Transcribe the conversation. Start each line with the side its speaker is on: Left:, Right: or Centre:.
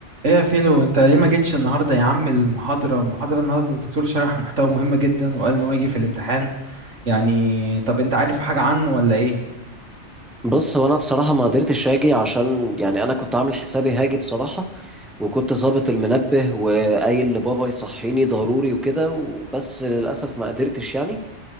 Right: ايه يا فيلو انت ليه ما جيتش النهارده يا عم المحاضره المحاضره النهارده الدكتور شرح محتوى مهم جدا وقال ان هو يجي في الامتحان يعني طب انت عارف حاجه عنه ولا ايه
Centre: بص هو انا بصراحه ما قدرتش اجي عشان يعني انا كنت عامل حسابي هاجي بصراحه وكنت ظابط المنبه وقايل لبابا يصحيني ضروري وكده وبس للاسف ما قدرتش يعني